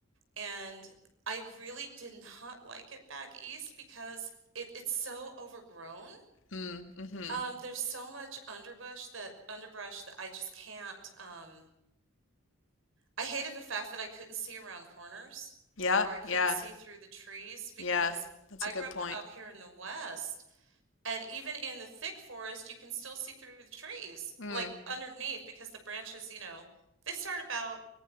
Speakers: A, on the right; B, on the left.
A: and I really did not <laughs> like it back east because it, it's so overgrown.
B: Mm, mm-hmm.
A: Um, there's so much underbrush. that underbrush that I just can't. Um, I hated the fact that I couldn't see around corners
B: Yeah,
A: or I couldn't
B: yeah,
A: see through the trees because
B: yeah. That's
A: I
B: a good
A: grew up
B: point.
A: out here in the West, and even in the thick forest, you can still see through the trees,
B: Mm,
A: like underneath, because the branches, you know, they start about